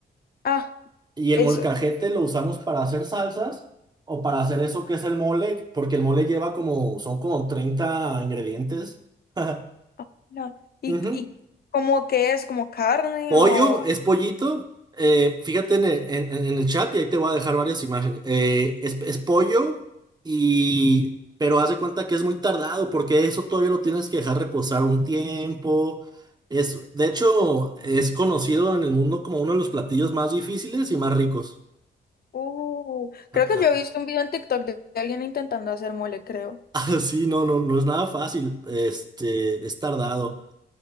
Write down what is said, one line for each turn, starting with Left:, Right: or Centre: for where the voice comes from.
Left: Ah,
Right: Y el
Left: eso.
Right: molcajete lo usamos para hacer salsas o para hacer eso que es el mole, porque el mole lleva como, son como 30 ingredientes. <laughs>
Left: Ah, no. Y,
Right: Ujú.
Left: y como que es como carne
Right: Pollo
Left: o...
Right: es pollito. eh, fíjate en el, en- en- en el chat y ahí te voy a dejar varias imágenes. Eh, es, es pollo y... Pero haz de cuenta que es muy tardado porque eso todavía lo tienes que dejar reposar un tiempo. Es, de hecho, es conocido en el mundo como uno de los platillos más difíciles y más ricos.
Left: Uh, creo
Right: Ah,
Left: que
Right: ah.
Left: yo he visto un video en TikTok de de alguien intentando hacer mole, creo.
Right: <laughs> Sí, no, no, no es nada fácil. Este, es tardado.